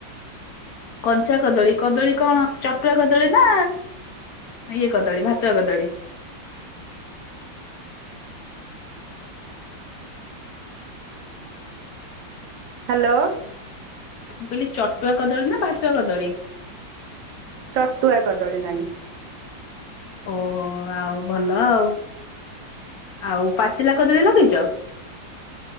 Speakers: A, on the left; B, on the right.
A: କଞ୍ଚା କଦଳୀ କଦଳୀ କଣ ଚଟୁଆ କଦଳୀ ନା ଇଏ କଦଳୀ ଭାତୁଆ କଦଳୀ?
B: ହ୍ୟାଲୋ।
A: ମୁଁ କହିଲି ଚଟୁଆ କଦଳୀ ନା ଭାତୁଆ କଦଳୀ?
B: ଚଟୁଆ କଦଳୀ ନାଗିଚି।
A: ଓହୋ ଆଉ ଭଲ ଆଉ ଆଉ ପାଚିଲା କଦଳୀ ଲଗେଇଚ?